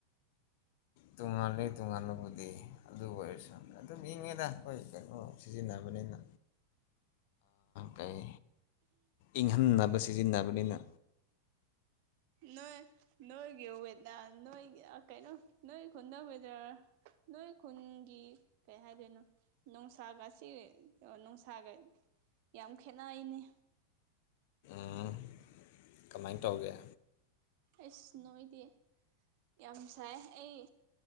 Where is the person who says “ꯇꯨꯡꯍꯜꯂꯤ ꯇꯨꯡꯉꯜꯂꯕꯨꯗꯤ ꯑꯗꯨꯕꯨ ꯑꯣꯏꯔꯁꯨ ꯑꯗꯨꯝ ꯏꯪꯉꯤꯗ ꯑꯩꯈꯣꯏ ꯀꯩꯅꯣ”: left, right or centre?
Left